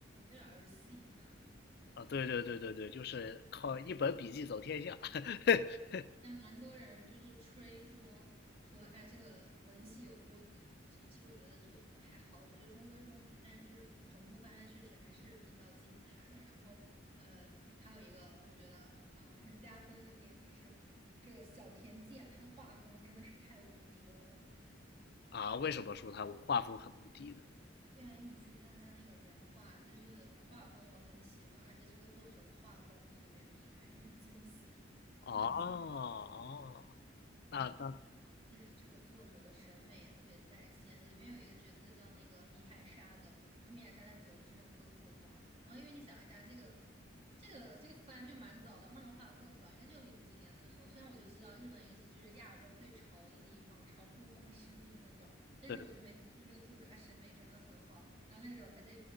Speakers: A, on the right; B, on the left.
A: 有点儿儿戏啊，
B: 啊，对对对对对，就是靠一本笔记走天下 <laughs>
A: 还蛮多人就是吹说说，哎，这个文戏有多神神其实我觉得就还好，我觉得中规中矩，但是就是整部番它确实还是比较精彩的。然后呃，还有一个我觉得嗯很加分的点就是这个小田健他的画风真的是太无敌了。
B: 啊。为什么说他画风很无敌呢？
A: 对啊，因为你去看他那个原画，他就是画风我很喜欢，而且这个作者的画工特别厉害，就很精细，
B: 哦哦，
A: 就很精细。
B: 那那
A: 而且这个作者的审美也特别在线。里面有一个角色叫那个米海沙的，然后米海沙他走的就是那种哥特风。然后因为你想一下，这个这个这个番就蛮早的，漫画更早，应该就零几年那个时候。虽然我就知道日本一直就是亚洲最潮的地方，潮出风湿病那种。但是我就没就这个作者他审美真的很好。
B: 对
A: 然后那个时候他在